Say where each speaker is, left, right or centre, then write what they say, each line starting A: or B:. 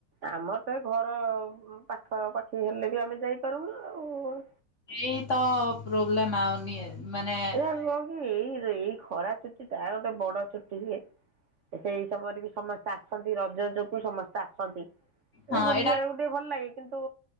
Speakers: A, on the right; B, on the left.
A: ଆମର ତ ଘର ପାଖ ପାଖ । ସେ ହେଲେ ବି ଆମେ ଯାଇପାରୁନ ଆଉ ।
B: ଏଇ ତ ପ୍ରୋବ୍ଲେମ ଆଉ ନିଏ । ମାନେ ।
A: ଏଇ କ'ଣ ଏଇ ରେ ଏଇ ଖରା ଛୁଟି ତା ଗୋଟେ ବଡ ଛୁଟି ହୁଏ ସେଇ ସମୟରେ ବି ସମସ୍ତେ । ଆସନ୍ତି ରଜ ଯୋଗୁ ସମସ୍ତେ ଆସନ୍ତି
B: ହଁ
A: ଏ ବୁଲିବାକୁ
B: ଏଇଟା
A: ଟିକେ ଭଲ ଲାଗେ। କିନ୍ତୁ